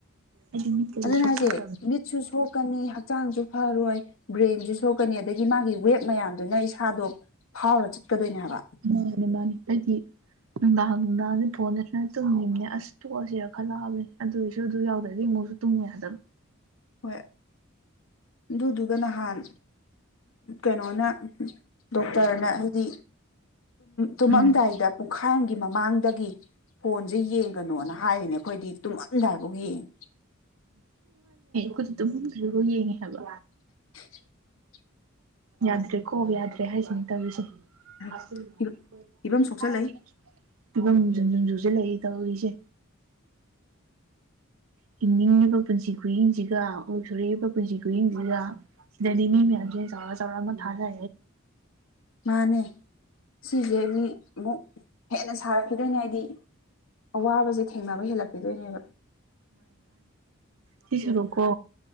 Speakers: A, on the right; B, on the left.
A: ꯑꯩꯗꯤ ꯃꯤꯠꯀꯁꯦ
B: ꯑꯗꯨꯅ
A: ꯁꯣꯛꯆꯔꯕꯅꯤ
B: ꯍꯥꯏꯁꯦ ꯃꯤꯠꯁꯨ ꯁꯣꯛꯀꯅꯤ ꯍꯛꯆꯥꯡꯁꯨ ꯐꯔꯣꯏ ꯕ꯭ꯔꯦꯟꯁꯨ ꯁꯣꯛꯀꯅꯤ ꯑꯗꯒꯤ ꯃꯥꯒꯤ ꯋꯦꯕ ꯃꯌꯥꯝꯗꯨꯅ ꯏꯁꯥꯗꯣ ꯐꯥꯎꯔ ꯆꯠꯀꯗꯣꯏꯅꯦ ꯍꯥꯏꯕ
A: ꯃꯥꯅꯦ ꯃꯥꯅꯤ ꯍꯥꯏꯗꯤ ꯅꯨꯡꯗꯥꯡ ꯅꯨꯡꯗꯥꯡꯗꯤ ꯐꯣꯟꯗꯅ ꯇꯨꯝꯃꯤꯕꯅꯦ ꯑꯁ ꯇꯣꯛꯑꯁꯤꯦꯔ ꯈꯜꯂꯛꯑꯕꯅꯦ ꯑꯗꯨꯑꯣꯏꯁꯨ ꯑꯗꯨ ꯌꯥꯎꯗ꯭ꯔꯗꯤꯨꯁꯨ ꯇ ꯌꯥꯗꯕ
B: ꯍꯣꯏ ꯑꯗꯨꯗꯨꯒ ꯅꯍꯥꯟ ꯀꯩꯅꯣꯅ ꯗꯣꯛꯇꯔꯅ ꯍꯥꯏꯗꯤ ꯇꯨꯝꯃꯝꯗꯥꯏꯗ
A: ꯎꯝ
B: ꯄꯨꯡꯈꯥꯏꯒꯤ ꯃꯃꯥꯡꯗꯒꯤ ꯐꯣꯟꯁꯦ ꯌꯦꯡꯒꯅꯣꯅ ꯍꯥꯏꯔꯤꯅꯦ ꯑꯩꯈꯣꯏꯗꯤ ꯇꯨꯝꯑꯝꯗꯥꯏꯐꯧ ꯌꯦꯡꯉꯤ
A: ꯗꯤ ꯑꯗꯨꯝ ꯀ ꯌꯦꯡꯉꯦ ꯍꯥꯏꯕ
B: <inaudible>
A: ꯌꯥꯗ꯭ꯔꯦ ꯀꯣ ꯌꯥꯗ꯭ꯔꯦ ꯍꯥꯏꯁꯤꯅ ꯇꯧꯔꯤꯁꯦ
B: ꯌꯦꯡꯉꯦ
A: ꯑꯁꯨꯝꯣꯏ
B: ꯐꯤꯕꯝ ꯁꯣꯛꯆꯜꯂꯛꯏ
A: ꯐꯤꯕꯝꯨꯝꯖꯨꯝ ꯨꯝꯖꯨꯁꯦ ꯂꯩ ꯇꯧꯔꯤꯁꯦ ꯍꯤꯡꯅꯤꯡꯉꯤꯕ ꯄꯨꯟꯁꯤ ꯈꯨꯌꯦꯡꯁꯤꯒ ꯑꯣ ꯁꯣꯔꯛꯏꯕ ꯄꯨꯟꯁꯤ ꯈꯨꯌꯦꯡꯁꯤꯒ ꯁꯤꯗꯗꯤ ꯃꯤ ꯃꯌꯥꯝ ꯆꯧꯔ ꯆꯧꯔ ꯊꯥꯔ
B: ꯃꯥꯅꯦ ꯁꯤꯁꯦ ꯃꯤ ꯑꯃꯨꯛ ꯍꯦꯟꯅ ꯁꯥꯔꯛꯈꯤꯗꯣꯏꯅꯦ ꯍꯥꯏꯗꯤ ꯑꯋꯥꯕꯁꯦ ꯊꯦꯡꯅꯕ ꯍꯦꯜꯂꯛꯈꯤꯗꯣꯏꯅꯦꯕ
A: ꯀꯤꯁꯔꯨꯀꯣ